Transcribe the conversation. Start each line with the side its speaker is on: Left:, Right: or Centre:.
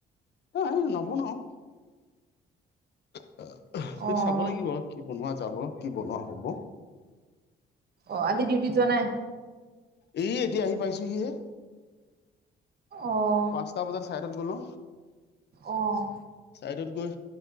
Left: উম নবনাও <unintelligible>
Right: অ',
Left: চাব লাগিব আউ কি বনোৱা যায়। যাব, কি বনোৱা হ'ব
Right: অ' আজি ডিউটিত যোৱা নাই?
Left: এই ইয়া আহি পাইছোহিহে।
Right: অ',
Left: পাঁচটা বজাত চাইডত গলো,
Right: অ',
Left: চাইডত গৈ